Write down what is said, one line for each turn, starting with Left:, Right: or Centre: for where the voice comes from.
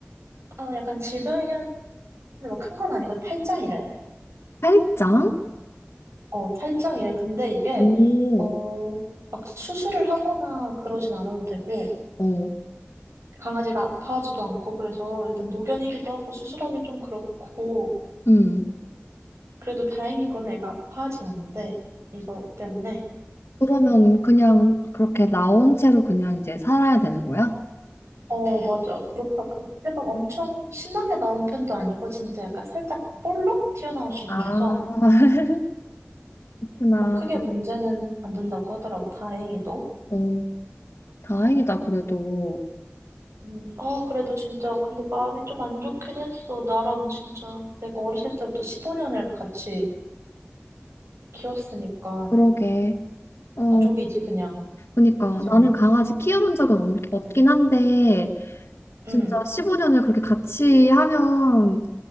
Right: 아, 약간 질병이긴 한데 막 큰 건 아니고 탈장이래.
Left: 팔짱?
Right: 어, 탈장이래. 근데 이게
Left: 오,
Right: 어, 막 수술을 하거나 그러진 않아도 되고
Left: 오,
Right: 강아지가 아파하지도 않고 그래서 일단 노견이기도 하고 수술하기 좀 그렇고
Left: 응.
Right: 그래도 다행인 거는 애가 아파하진 않는데 이거 때문에
Left: 그러면 그냥 그렇게 나온 채로 그냥 이제 살아야 되는 거야?
Right: 어, 맞아. 그렇다. 근데 막 엄청 신나게 나온 편도 아니고 진짜 약간 살짝 볼록 튀어나온 수준이어서
Left: 아, <laughs> 그렇구나.
Right: 뭐 크게 문제는 안 된다고 하더라고, 다행히도.
Left: 어, 다행이다, 그래도.
Right: 음, 아, 그래도 진짜, 근데 마음이 좀 안 좋긴 했어. 나랑 진짜, 내가 어렸을 때부터 15년을 같이 키웠으니까,
Left: 그러게. 어,
Right: 가족이지, 그냥,
Left: 그러니까
Right: 이제는.
Left: 나는 강아지 키워본 적은 없, 없긴 한데, 진짜
Right: 응,
Left: 15년을 그렇게 같이 하면,